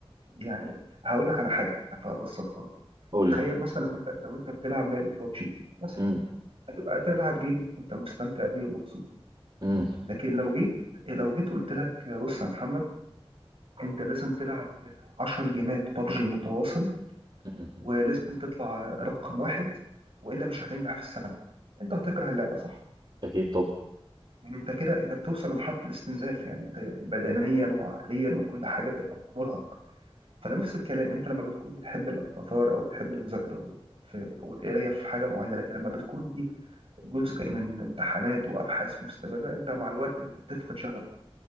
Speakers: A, on the right; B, on the right.
A: يعني هقول لك على حاجه فابسطها لك
B: قول
A: تخيل
B: لي
A: مثلا لو انت لو انت بتلعب لعبه ببجي مثلا
B: امم
A: هتبقى تلعب جيم وانت مستمتع بيه ومبسوط
B: امم
A: لكن لو جيت لو جيت قلت لك بص يا محمد انت لازم تلعب 10 جيمات ببجي متواصل
B: امم
A: ولازم تطلع رقم واحد والا مش هتنجح في السنه انت هتكره اللعبه صح
B: اكيد طب
A: يعني انت كده انت بتوصل لمرحله الاستنزاف يعني انت بدنيا وعقليا وكل حاجه تبقى مرهق فده نفس الكلام انت لما بتكون بتحب الاثار او بتحب المذاكره و- في- والقرايه في حاجه معينه لكن لما بتكون دي جزء من امتحانات وابحاث مستمره انت مع الوقت بتفقد شغفك